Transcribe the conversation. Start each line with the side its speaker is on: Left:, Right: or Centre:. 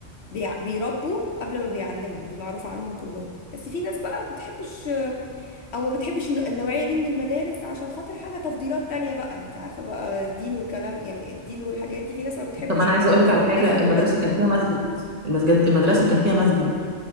Left: بيع... بيربوا قبل ما بيعلموا دي معروفة عنهم كلهم بس في ناس بقى بتحبش او ما بتحبش النوع- النوعية دي من المدارس عشان خاطر حاجة تفضيلات تانية بقى انت عارفة بقى دين وكلام يعني الدين والحاجات دي في ناس ما بتحبش
Right: طب أنا عايزة أقولك على حاجة
Left: تدخل
Right: المدرسة
Left: ولادها
Right: كان فيها مسجد المسجد المدرسة كان فيها مسجد